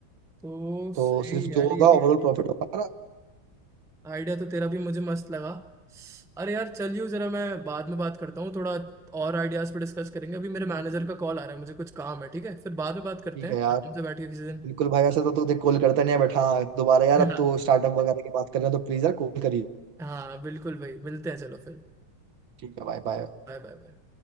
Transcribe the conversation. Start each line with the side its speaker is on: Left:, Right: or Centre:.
Centre: तो
Right: तो
Centre: सही
Right: सिर्फ
Centre: यार
Right: जो होगा
Centre: ये भी
Right: ओवरऑल
Centre: आइडिया
Right: प्रॉफिट होगा हमारा
Centre: आइडिया तो तेरा भी मुझे मस्त लगा अरे यार चलियो जरा मैं बाद में बात करता हूँ थोड़ा और आइडियाज पे डिस्कस करेंगे अभी मेरे मैनेजर का कॉल आ रहा है मुझे कुछ काम है ठीक है फिर बाद में बात करते
Right: ठीक
Centre: हैं
Right: है यार
Centre: आराम से बैठ के किसी दिन
Right: बिल्कुल भाई ऐसा तो, तो देख कॉल करता नहीं है बैठा हाँ, दोबारा यार
Centre: <laughs>
Right: अब तो स्टार्टअप वगैरह की बात कर रहे हैं तो प्लीज यार कॉल करिए
Centre: हाँ बिल्कुल भाई मिलते हैं चलो फिर
Right: ठीक है भाई बाय
Centre: Bye bye bye